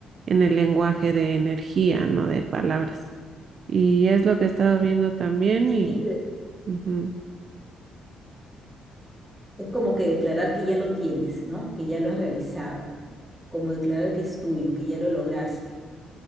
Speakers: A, on the right; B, in the centre.
A: en el lenguaje de energía, no de palabras. Y es lo que he estado viendo también
B: Sí,
A: y...
B: qué interesante.
A: ujú.
B: Es como que declarar que ya lo tienes, ¿no? Que ya lo has realizado, como declarar que es tuyo, que ya lo lograste,